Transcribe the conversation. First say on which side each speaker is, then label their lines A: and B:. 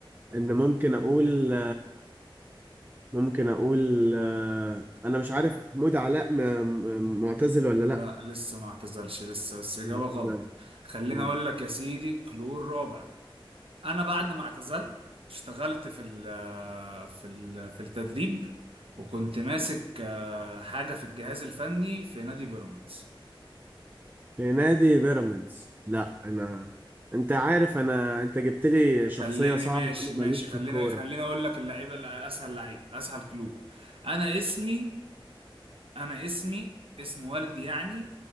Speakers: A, on the right; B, on the right.
A: ان ممكن اقول ممكن اقول آه، انا مش عارف محمود علاء م- م- معتزل ولا
B: لا
A: لا
B: لسه ما اعتزلش لسه بس اجابه
A: معتزل
B: غلط خليني
A: غلط
B: اقول لك يا سيدي كلور رابع انا بعد ما اعتزلت اشتغلت في ال في ال في التدريب وكنت ماسك آه، حاجه في الجهاز الفني في نادي بيراميدز
A: في نادي بيراميدز لا انا انت عارف انا انت جبت لي شخصية
B: خليني
A: صعبة
B: ماشي
A: وانا
B: ماشي
A: ماليش
B: خلينا
A: في الكورة
B: خلينا اقول لك اللعيبه ال- اسهل لعيب اسهل كلوب انا اسمي انا اسمي اسم والدي يعني